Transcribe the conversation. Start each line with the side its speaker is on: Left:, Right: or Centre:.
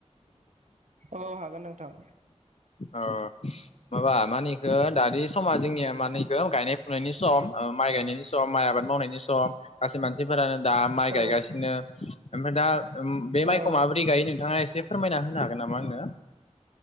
Right: औ हागोन नोंथां।
Left: औ माबा मानिखो दानि समा जोंनिया मानिखो गायनाय फुनायनि सम अ माइ गायनायनि सम माइ आबाद मावनायनि सम गासै मानसिफोरानो दा माइ गायगासिनो
Right: औ
Left: ओमफ्राय उम दा बे
Right: औ
Left: माइखौ माबोरै गायो नोंथाङा एसे फोरमायना होनो हागोन नामा आंनो?